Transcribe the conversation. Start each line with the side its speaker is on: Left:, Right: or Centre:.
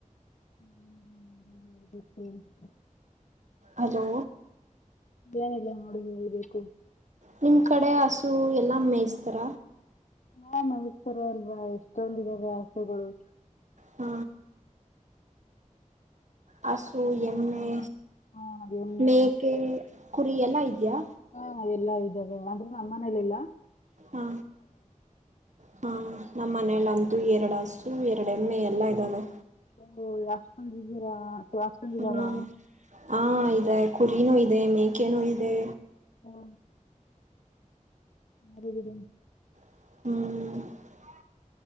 Left: ಹನ್ ಮಾಡಿ ಹೇಳ್ಬೇಕು <unintelligible>
Right: ಹಲೋ
Left: ಏನಿಲ್ಲ ನೋಡಿ ಹೇಳ್ಬೇಕು
Right: ನಿಮ್ ಕಡೆ ಹಸು ಎಲ್ಲ ಮೇಯಿಸ್ತಾರ
Left: ಹಾ ಬೇಯಿಸ್ತಾರೆ ಅಲ್ವಾ ಇಷ್ಟೊಂದ್ ಇದಾವೆ ಹಸುಗಳು
Right: ಹ್ಮ ಹಸು
Left: ಹಾ
Right: ಎಮ್ಮೆ
Left: ಅದನ್ನು
Right: ಮೇಕೆ ಕುರಿ ಎಲ್ಲಾ ಇದ್ಯಾ
Left: ಹ ಎಲ್ಲಾ ಇದ್ದಾವ ಅಂದ್ರೆ ನಮ್ಮ ಮನೇಲಿಲ್ಲ
Right: ಹಾ ಹಾ ನಮ್ಮ ಮನಲ್ಲಂತೂ ಎರಡ್ ಹಸು ಎರಡೆ ಎಮ್ಮೆ ಎಲ್ಲ ಇದ್ದಾವೆ.
Left: ಓ ಅಸ್ಟೊಂದು ಇದಿರಾ ಅಸ್ಟೊಂದು ಇದಾವ
Right: ಹಾ ಹಾ ಇದೆ ಕುರಿನೂ ಇದೆ ಮೇಕೆನುೂ ಇದೆ
Left: ಹ ಬಾರಿ ಬಿಡಿ
Right: ಹ್ಮ್